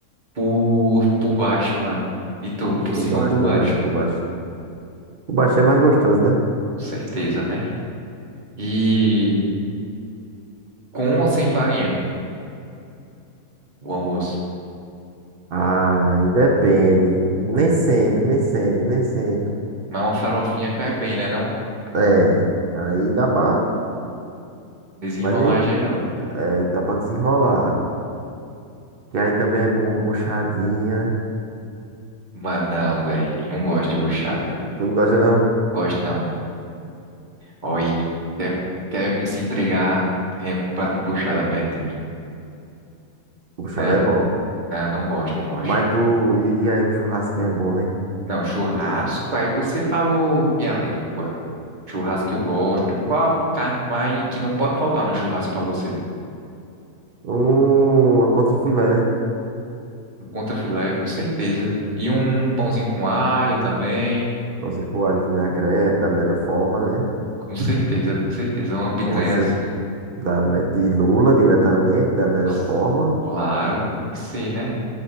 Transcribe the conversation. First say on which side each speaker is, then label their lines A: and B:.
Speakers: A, on the right; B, on the right.
A: por, por baixo, mano. E tu, por
B: Por
A: cima
B: baixo,
A: ou por baixo?
B: por baixo, por baixo. Por baixo é mais gostoso, né?
A: Com certeza, né? E com ou sem farinha, o almoço?
B: Ah, e depende. Nem sempre, nem sempre, nem sempre.
A: Mas uma farofinha cai bem, né? Não
B: É, aí dá pra.
A: desenrolar
B: Mas nem.
A: geral.
B: É, dá pra desenrolar. Que aí também é bom, buchadinha.
A: Mas não, velho. Não gosto de buchada.
B: Tu não gosta, não?
A: Gosto não. Oi. Quer, quer me- se entregar? Venha com um prato de buchada perto de mim.
B: Buchada
A: Né?
B: é bom.
A: Não, não gosto, não gosto.
B: Mas tu. E, e aí, um churrasquinho é bom, né?
A: Não, churrasco, aí você falou minha língua. Churrasco que eu gosto. Qual a carne mais que não pode faltar no churrasco pra você?
B: Uma contra filé.
A: Um contra filé, com certeza. E um pãozinho com alho também.
B: Fazer com alho e vinagrete da melhor forma, né?
A: Com certeza, com certeza. Uma picanhazinha.
B: Uma ce- da, me- de lula diretamente, da melhor
A: Nossa,
B: forma.
A: Claro, tem que ser, né?